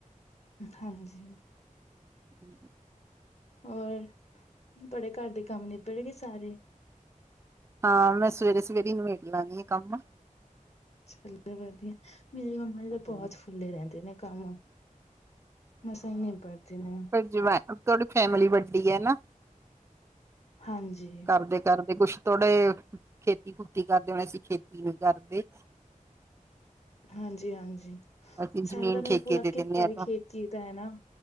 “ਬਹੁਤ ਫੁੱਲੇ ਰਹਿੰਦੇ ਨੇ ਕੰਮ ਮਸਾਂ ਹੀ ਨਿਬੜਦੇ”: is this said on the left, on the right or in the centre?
Left